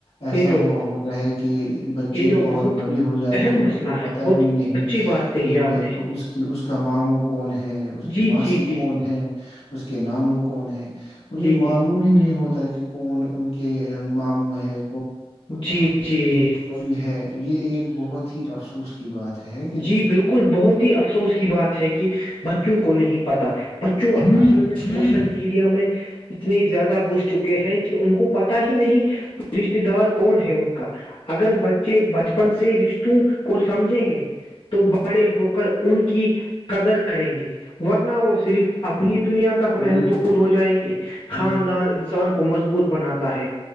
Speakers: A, on the left (about 70°); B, on the left (about 55°).
A: ایسا
B: یہ جو
A: ہوا ہوتا ہے کہ بچے
B: یہ جو
A: بہت بڑے ہو جاتے
B: اہم
A: اور
B: مسئلہ
A: اس کو پت
B: ہے بہت
A: بھی نہیں
B: اچھی بات کہی
A: کہ
B: ہے آپ نے
A: اس کی اس کا ماموں کون ہے اس کی
B: جی
A: ماسی
B: جی جی
A: کون ہے اس کے نانوں کون ہیں
B: جی
A: انہیں
B: جی
A: معلوم
B: جی
A: ہی نہیں ہوتا کہ کون ان کی کے ماموں ہیں
B: جی جی جی
A: ہے یہ ایک بہت ہی افسوس کی بات ہے ہے کہ نہیں؟
B: جی بالکل بہت ہی افسوس کی بات ہے کہ بچوں کو نہیں پتا بچوں اور سوشل میڈیا ڈیا میں اتنے زیادہ گھس چکے ہیں کہ ان کو پتا ہی نہیں ٹورسٹ دار کون ہے ان کا اگر بچ ے بچپن سے رشٹوں کو سمجھیں گے تو بڑے ہو کر ان کی قدر کریں گے ورنہ وہ صرف اپنی دنیا تک محدود
A: بالکل
B: ہو جائیں گے خاندان
A: بالکل
B: انسان کو مضبوط بناتا ہے